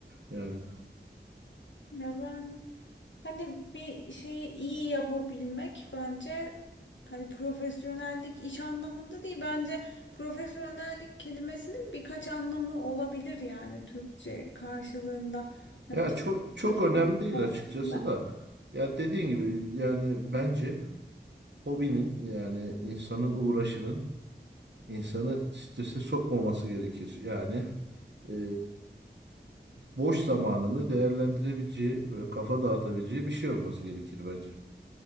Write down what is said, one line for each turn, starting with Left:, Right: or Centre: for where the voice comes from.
Right: Yani
Left: Ya ben hani bir şeyi iyi yapabilmek bence hani profesyonellik iş anlamında değil bence profesyonellik kelimesinin birkaç anlamı olabilir yani Türkçe karşılığında hani
Right: ya
Left: tam
Right: çok
Left: olarak
Right: çok
Left: ifade
Right: önemli değil
Left: edemesem
Right: açıkçası
Left: de.
Right: da. Ya dediğin gibi yani bence hobinin yani insanın uğraşının insanı strese sokmaması gerekir. Yani e, boş zamanını değerlendirebileceği, böyle kafa dağıtabileceği bir şey olması gerekir bence.